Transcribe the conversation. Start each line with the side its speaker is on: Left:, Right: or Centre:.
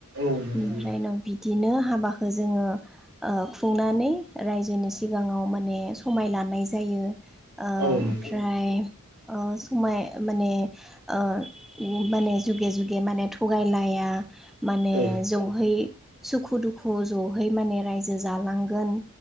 Right: औ नंगौ
Centre: ओमफ्राय उनाव बिदिनो हाबाखौ जोङो ओ खुंनानै रायजोनि सिगाङाव माने समाय लानाय जायो। ओ ओमफ्राय
Right: औ नंगौ
Centre: ओ समाय माने ओ माने जुगे जुगे माने थगायलाया माने
Right: औ
Centre: ज'है सुखु-दुखु ज'है माने रायजो जालांगोन।